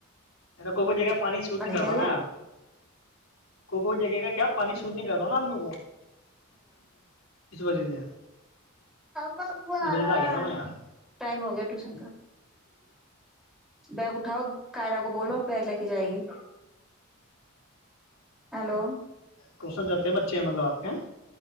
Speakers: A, on the left; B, in the centre.
A: کوئی کوئی جگہ پانی سوٹ نہیں کرتا
B: صحیح
A: نا
B: ہے
A: کو کو ج کا کیا پانی سوٹ نہیں کرتا نا آدمی کو اس وجہ سے
B: بابو
A: اس
B: آ
A: وجہ
B: گیا
A: سے تھا نا یار
B: ٹائم ہو گیا ٹوشن کا بیگ اٹھاؤ کائرہ کو بولو بیگ لے کے جائے گی ہیلو
A: تو سن جاتے ہیں بچے ہیں مطلب آپ کے یہاں